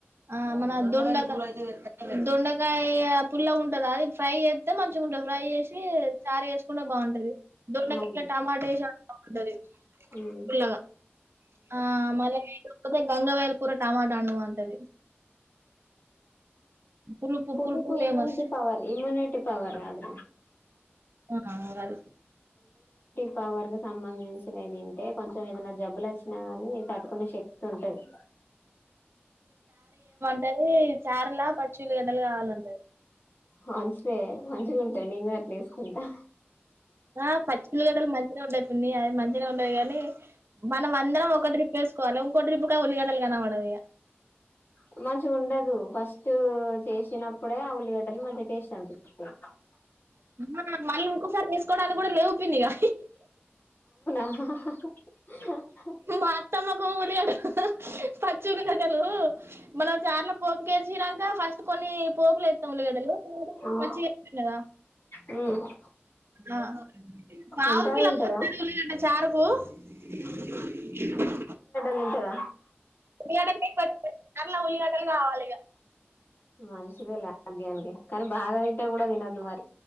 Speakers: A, on the right (about 65°); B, on the left (about 50°).
A: ఆ మన దొండ దొండకాయ పుల్లగా ఉంటదాయి ఫ్రై చేత్తే మంచిగా ఉంటది. ఫ్రై చేసి చారు చేేసుకుంటే బాగుంటది దొండకాయ్
B: ఉమ్
A: ఇంకా టమాటా వేసి వండుకోమంటది.
B: ఉమ్
A: పుల్లగా ఆ మల్లా ఈ <unintelligible> గంగ వయ్యాల్ కూర టమాటా వండు అంటది పులుపు
B: కులుపు
A: పులుపు famous
B: immunity power immunity power అది
A: ఆ అదే
B: పవర్కూ సంబంధించినవి దింటే కొంచెం ఏదైనా జబ్బలు వచ్చినా గానీ తట్టుకునే శక్తి ఉంటది
A: అంటది చార్లా పచ్చి ఉల్లి గడ్డలు కావాలంటది
B: మంచిదే మంచిగా ఉంటది నేను కూడ అట్లా వేసుకుంటా
A: ఆ పచ్చి ఉల్లి గడ్డలు మంచిగా ఉంటయ్, పిన్ని అవి మంచిగా ఉంటయ్ గాని, మనం అందరం ఒక ట్రిప్ కొవాలా ఇంకోట్రిప్ప్గా ఉల్లి గడ్డలు కనపడవిగా
B: ఉమ్మ్ మంచిగా ఉండదు ఫస్ట్ చేసినప్పుడే ఆ ఉల్లిగడ్డలు మంచి టేస్ట్ అనిపిత్తది.
A: ఆ మళ్ళీ ఇంకోసారి వేసుకోవడానికి కూడా లేెవు పిన్ని ఇగా
B: హా హా హా హి హం
A: మా అత్తమ్మకు ఉల్లిగడ్డలు పచ్చి ఉల్లి గడ్డలు మనం చార్లో పోపు కేసినాంక ఫస్ కొన్ని పోగులు ఎత్తం ఉల్లిగడ్డలు తర్వాత
B: ఉమ్
A: పచ్చివేత్తాం కదా
B: ఉమ్
A: ఆ పావు
B: అంతా
A: కిలో
B: తింటదా
A: పచ్చి మిరపయాలు అంట చారుకు ఈ చికెన్ వండినం
B: ఎంతరా
A: ఉల్లిగడ్డలు కోయ్ ఫస్ట్ అరలా ఉల్లిగడ్డలు కావాలి ఇగా
B: మంచిదే లే ఆరోగ్యానికి కానీ బాగా తింటే కూడా తినొద్దు మరి